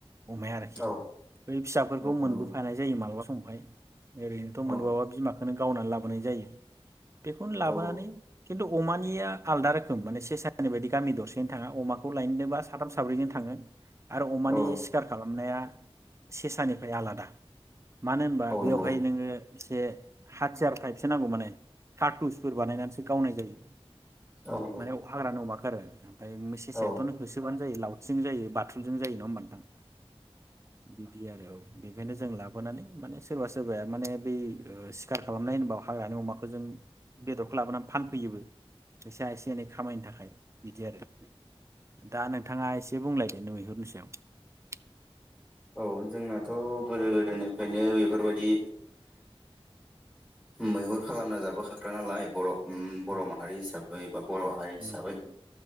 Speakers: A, on the right (about 30°); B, in the centre.
A: अमाया आरोखि
B: औ
A: बै फिसाफोरखौ
B: औ
A: मोनबोफानाय
B: नंगौ
A: जायो मालाबा समाव <unintelligible> ओरैनोथ' मोनबावा
B: औ
A: खौनो गावनानै लाबोनाय जायो बेखौनो लाबोनानै
B: औ
A: खिन्थु अमानिया आलदा रोखोम माने सेसा होनानाय बायदि गामि दरसेनो थाङा अमाखौ लायनोबा साथाम साब्रैजों थाङो। आरो अमानि
B: औ
A: सिखार खालामनाया सेसानिफ्राय आलादा मानो होनबा
B: औ
A: बेयावहाय
B: नंगौ
A: नोङो एसे हाथियार टाइपसो नांगौ माने कार्टुनसफोर बानायनानैसो गावनाय जायो।
B: औ नंगौ
A: माने हाग्रानि अमाखौ आरो ओमफ्राय मो सेसायाथ'नो
B: औ
A: होसोबानो जायो लाव थिजों जायो बाथुलजों नङा होनबा नोंथां? बिदि आरो औ बेनिखायनो जों लाबोनानै माने सोरबा सोरबाया माने बै सिखार खालामनाय होनोबा हाग्रानि अमाखौ जों बेदरखौ लाबोनानै फानफैयोबो फैसाया एसे एनै खामायनो थाखाय बिदि आरो दा नोंथाङा एसे बुंलायदो नोथां मैहुरनि सायाव।
B: औ जोंनाथ' गोदो गोदायनिफ्रायनो बेफोरबायदि मैहुर खालामना जाबोखाग्रा नालाय बर' ओम बर'
A: उम,
B: माहारि हिसाबै <unintelligible> बर' हारि हिसाबै
A: नंगौ नोंथां